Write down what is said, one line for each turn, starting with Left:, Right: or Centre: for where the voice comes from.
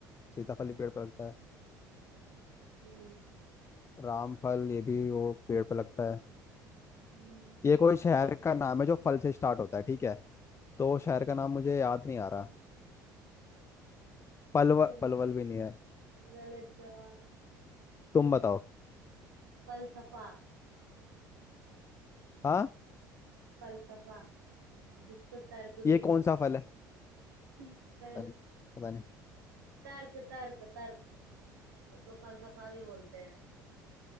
Left: सीताफल ही पेड़ पे लगता है
Right: हम्म
Left: रामफल ये भी वो पेड़ पे लगता है
Right: हम्म
Left: ये कोई शहर का नाम है जो फल से स्टार्ट होता है ठीक है तो शहर का नाम मुझे याद नहीं आ रहा पलवल
Right: गलत
Left: पलवल भी नहीं है
Right: गलत जवाब
Left: तुम बताओ
Right: फलसफा
Left: हाँ
Right: फलसफा जिसको तर्क
Left: ये
Right: भी
Left: कौन
Right: बोलते
Left: सा फल
Right: हैं
Left: है
Right: <laughs> तर्क
Left: पता नहीं पता नहीं
Right: तर्क तर्क तर्क उसको फलसफा भी बोलते हैं